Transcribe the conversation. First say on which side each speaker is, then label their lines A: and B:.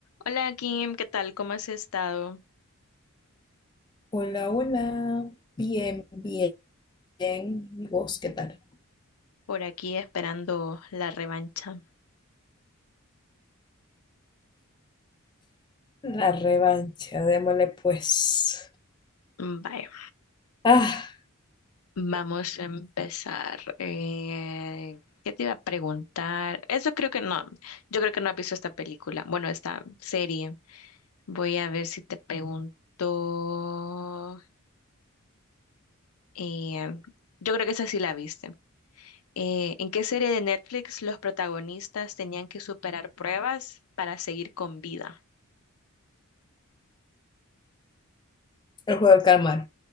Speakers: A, on the left (about 80°); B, on the left (about 20°).
A: Hola Kim, ¿qué tal? ¿Cómo has estado?
B: Hola, hola. Bien, bien. ¿Y vos qué tal?
A: Por aquí esperando la revancha.
B: La revancha, démosle pues.
A: Vaya,
B: Ah,
A: vamos a empezar. Eh, ¿qué te iba a preguntar? Eso creo que no. Yo creo que no has visto esta película. Bueno, esta serie. Voy a ver si te pregunto. eh, yo creo que esa sí la viste. Eh, ¿en qué serie de Netflix los protagonistas tenían que superar pruebas para seguir con vida?
B: el juego del calamar.